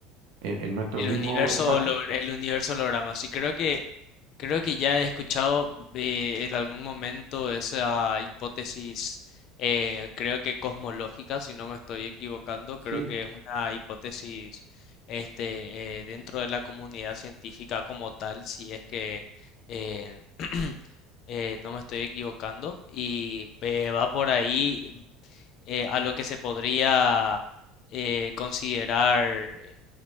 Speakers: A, on the right; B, on the left.
A: en, en nuestro
B: El
A: mismo
B: universo
A: espacio.
B: Holograma. holog- el universo holograma. Sí, creo que creo que ya he escuchado eh, en algún momento esa hipótesis eh, creo que cosmológica, si no me estoy equivocando,
A: Sí,
B: creo que es una hipótesis este eh, dentro de la comunidad científica como tal, si es que eh, <clears throat> eh, no me estoy equivocando y eh, va por ahí eh, a lo que se podría eh, considerar eh,